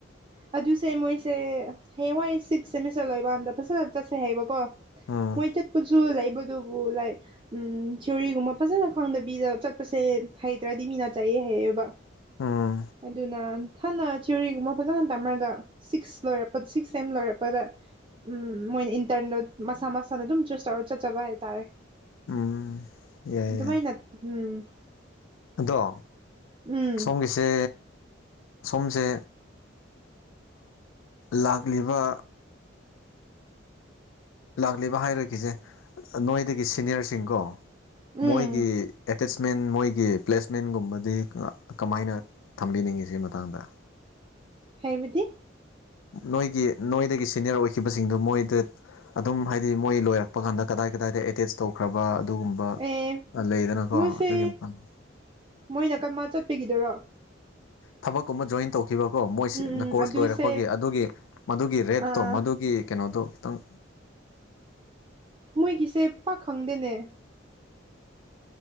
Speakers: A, on the right; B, on the left.
A: ꯑꯗꯨꯁꯦ ꯃꯣꯏꯁꯦ ꯍꯌꯦꯡꯋꯥꯏ ꯁꯤꯛꯁ ꯁꯦꯃꯤꯁꯇꯔ ꯂꯣꯏꯕꯥꯟꯗ ꯐꯖꯅ ꯆꯠꯁꯦ ꯍꯥꯏꯕꯀꯣ
B: ꯎꯝ
A: ꯃꯣꯏ ꯆꯠꯄꯖꯨ ꯂꯩꯥꯛꯕꯗꯨꯕꯨ ꯂꯥꯏ ꯎꯝ ꯊꯤꯑꯣꯔꯤꯒꯨꯝꯕ ꯐꯖꯅ ꯈꯪꯗꯕꯤꯗ ꯆꯠꯄꯁꯦ ꯍꯩꯇ꯭ꯔꯗꯤ ꯃꯤꯅ ꯆꯥꯏꯑꯦ ꯍꯩꯕ
B: ꯎꯝ
A: ꯑꯗꯨꯅ ꯍꯟꯅ ꯊꯤꯑꯣꯔꯤꯒꯨꯝꯕ ꯐꯖꯅ ꯇꯝꯃ꯭ꯔꯒ ꯁꯤꯛꯁ ꯂꯣꯏꯔꯛꯄꯗ ꯁꯤꯛꯁ ꯁꯦꯝ ꯂꯣꯏꯔꯛꯄꯗ ꯎꯝ ꯃꯣꯏꯅ ꯏꯟꯇꯔꯗꯣ ꯃꯁꯥ ꯃꯁꯥꯅ ꯑꯗꯨꯝ ꯆꯨꯁ ꯇꯧꯔ ꯆꯠꯆꯕ ꯍꯥꯏꯇꯥꯔꯦ
B: ꯎꯝ ꯌꯥꯏ
A: ꯑꯗꯨꯃꯥꯏ
B: ꯌꯥꯏ
A: ꯅ ꯎꯝ
B: ꯑꯗꯣ
A: ꯎꯝ
B: ꯁꯣꯝꯒꯤ ꯁꯦ ꯁꯣꯝꯗꯦ ꯂꯥꯛꯂꯤꯕ ꯂꯥꯛꯂꯤꯕ ꯍꯥꯏꯔꯣꯏꯈꯤꯁꯦ ꯅꯣꯏꯗꯒꯤ ꯁꯤꯅꯤꯌꯔꯁꯤꯡꯀꯣ
A: ꯎꯝ
B: ꯃꯣꯏꯒꯤ ꯑꯦꯇꯦꯁꯃꯦꯟ ꯃꯣꯏꯒꯤ ꯄ꯭ꯂꯦꯁꯃꯦꯟꯒꯨꯝꯕꯗꯤ ꯀꯃꯥꯏꯅ ꯊꯝꯕꯤꯅꯤꯡꯉꯤ ꯁꯤ ꯃꯇꯥꯡꯗ
A: ꯍꯥꯏꯕꯗꯤ
B: ꯅꯣꯏꯒꯤ ꯅꯣꯏꯗꯒꯤ ꯁꯅꯤꯌꯔ ꯑꯣꯏꯈꯤꯕꯁꯤꯡꯗꯨ ꯃꯣꯏꯗ ꯑꯗꯨꯝ ꯍꯥꯏꯗꯤ ꯃꯣꯏ ꯂꯣꯏꯔꯛꯄ ꯀꯥꯟꯗ ꯀꯗꯥꯏ ꯀꯗꯥꯏꯗ ꯑꯦꯇꯦꯁ ꯇꯧꯈ꯭ꯔꯕ ꯑꯗꯨꯒꯨꯝꯕ
A: ꯑꯦ
B: ꯂꯩꯗꯅꯀꯣ
A: ꯃꯣꯏꯁꯦ
B: ꯑꯗꯨꯒꯤ ꯃꯇꯥꯡ
A: ꯃꯣꯏꯅ ꯀꯔꯃ ꯆꯠꯄꯤꯒꯤꯗꯔꯣ
B: ꯊꯕꯛ ꯀꯨꯝꯕ ꯖꯣꯏꯟ ꯇꯧ ꯈꯤꯕꯀꯣ ꯃꯣꯏꯁꯤ
A: ꯎꯝ ꯎꯝ
B: ꯀꯣꯔꯁ
A: ꯑꯗꯨꯁꯦ
B: ꯂꯣꯏꯔꯛꯄꯒꯤ ꯑꯗꯨꯒꯤ ꯃꯗꯨꯒꯤ ꯔꯦꯠꯇꯣ
A: ꯑꯥ
B: ꯃꯗꯨꯒꯤ ꯀꯩꯅꯣꯗꯣ ꯈꯤꯇꯪ
A: ꯃꯣꯏꯒꯤꯁꯦ ꯄꯥꯛ ꯈꯪꯗꯦꯅꯦ